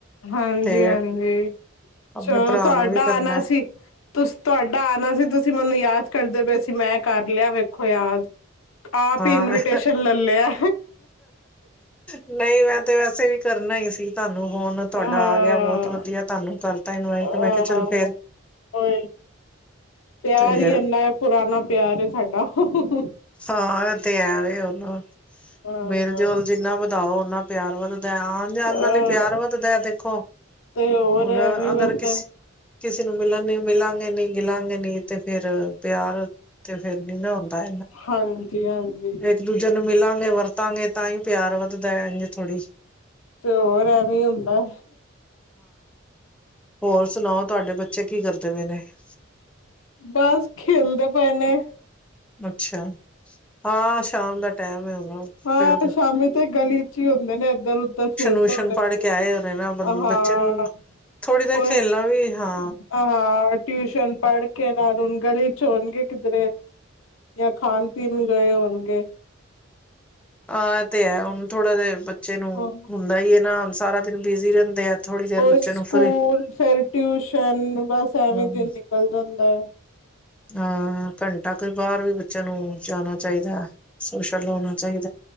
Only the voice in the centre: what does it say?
ਤੇ ਆਪਣੇ
ਭਰਾ
ਨੂੰ ਵੀ ਕਰਨਾ
ਹਾਂ
ਨਹੀਂ ਮੈਂ ਤੇ ਵੈਸੇ ਵੀ ਕਰਨਾ ਹੀ ਸੀ- ਤੁਹਾਨੂੰ ਹੁਣ ਤੁਹਾਡਾ
ਆ ਗਿਆ ਬਹੁਤ ਵਧੀਆ ਤੁਹਾਨੂੰ ਤ ਤਨ ਆਈ
ਤੇ ਮੈਂ ਕਿਹਾ ਚੱਲ ਫੇਰ
ਤੇ
ਹਾਂ ਇਹ ਤੇ ਐ ਵੀ ਨੂੰ
ਮੇਲ ਜੋਲ ਜਿੰਨਾ ਵਧਾਓ ਓਨਾ ਪਿਆਰ ਵੱਧਦਾ ਆਨ ਜਾਨ
ਨਾਲ ਹੀ ਪਿਆਰ ਵੱਧਦਾ ਦੇਖੋ
ਹੁਣ
ਅਗਰ
ਕਿਸ ਕਿਸੇ ਨੂੰ ਮਿਲਣ ਨ ਮਿਲਾਂ ਨੀ ਗਿਲਾਂਗੇ ਨੀ ਤੇ ਫੇਰ ਪਿਆਰ ਤੇ ਫੇਰ ਨੀ ਨਾ ਹੁੰਦਾ
ਇੱਕ ਦੂਜੇ ਨੂੰ ਮਿਲਾਂਗੇ ਵਰਤਾਂਗੇ ਤਾਂ ਹੀ ਪਿਆਰ ਵੱਧਦਾ ਇੰ ਥੋੜ੍ਹੀ
ਹੋਰ ਸੁਣਾਓ ਤੁਹਾਡੇ ਬੱਚੇ ਕੀ ਕਰਦੇ ਹੋਏ ਨੇ <inaudible>
ਅੱਛਾ ਹਾਂ ਸ਼ਾਮ ਦਾ ਟੈਮ ਹੈ ਉਹਨਾ
ਪਿਓ
ਵਊਸ਼ਨ ਪੜ੍ਹ ਕੇ ਆਏ ਹੋਣੇ ਨਾ ਬੱਚੇ ਨੂੰ ਥੋੜ੍ਹੀ ਦੇਰ ਖੇਲਣਾ ਵੀ ਹਾਂ
ਹਾਂ ਇਹ ਤੇ ਹੈ ਹੁਣ ਥੋੜਾ ਜੇ ਬਚ ਬੱਚੇ ਨੂੰ
ਹੁੰਦਾ ਹੈ ਨਾ ਹੁਣ ਸਾਰਾ ਦਿਨ ਬਿਜੀ ਰਹਿੰਦੇ ਆ ਥੋੜ੍ਹੀ ਦੇਰ
ਬੱਚੇ
ਨੂੰ ਫਰੀ
ਹਮ
ਹਾਂ ਘੰਟਾ ਕੋਈ ਬਾਹਰ ਵੀ ਬੱਚਿਆਂ ਨੂੰ ਜਾਣਾ ਚਾਹੀਦਾ ਸੋਸ਼ਲ ਹੋਣਾ ਚਾਹੀਦਾ